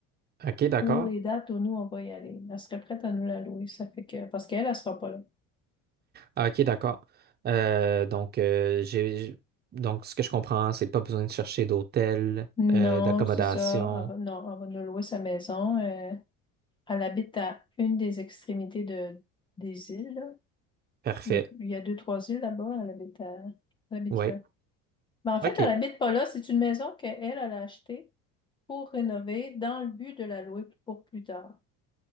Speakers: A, on the right; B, on the left.
A: OK, d'accord.
B: pour les dates où nous, on va y aller. Elle serait prête à nous la louer, ça fait que... Parce qu'elle, elle sera pas là.
A: Ah, OK, d'accord. Euh, donc, euh, j'ai, j'ai- donc, ce que je comprends, c'est pas besoin de chercher d'hôtel,
B: Non,
A: euh, d'accommodation.
B: c'est ça. Elle va- Non, elle va nous louer sa maison. Euh, elle habite à une des extrémités de... des îles, là.
A: Parfait.
B: Il y a... il y a deux, trois îles là-bas. Elle habite à... elle habite
A: Ouais,
B: là. Mais en fait,
A: OK,
B: elle habite pas là. C'est une maison qu'elle, elle elle a achetée pour rénover dans le but de la louer pour plus tard.